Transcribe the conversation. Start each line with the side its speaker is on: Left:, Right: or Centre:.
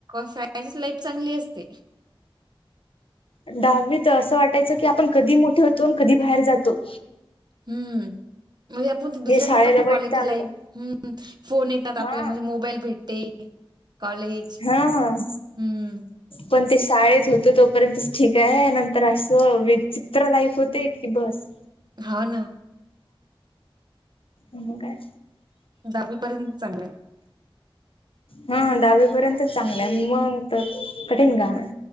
Right: शाळेचीच लाईफ चांगली असते.
Left: दहावी तर असं वाटायचं की आपण कधी मोठे होतो आणि कधी बाहेर जातो.
Right: हम्म म्हणजे आपण दुसऱ्याकडे
Left: हे शाळेला
Right: पा ना
Left: वैतागलो
Right: कॉलेजची लाईफ फोन येत. आपल्या
Left: हा
Right: म्हणजे मोबाईल भेटते. कॉलेज
Left: हा
Right: हम्म.
Left: पण ते शाळेत होत तोपर्यंत ठीक आहे नंतर. तर असं विचित्र लाईक होते की बस.
Right: हा ना.
Left: ह काय.
Right: दहावीपर्यंत चांगलं आहे.
Left: हा दहावी पर्यंत चांगलं आहे मग तर कठीण कााम आहे.